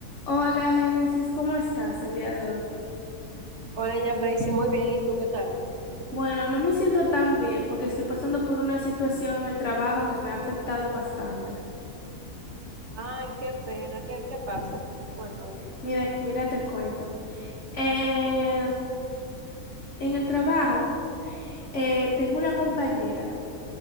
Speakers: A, on the left; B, on the right.
A: Hola, Génesis, ¿cómo estás el día de hoy?
B: Hola, Jeffrey, sí, muy bien, ¿y tú qué tal?
A: Bueno, no me siento tan bien porque estoy pasando por una situación en el trabajo que me ha afectado bastante.
B: Ay, qué pena, ¿qué, qué pasa? Cuéntame.
A: Mira, mira, te cuento. Eh, en el trabajo, eh, tengo una compañera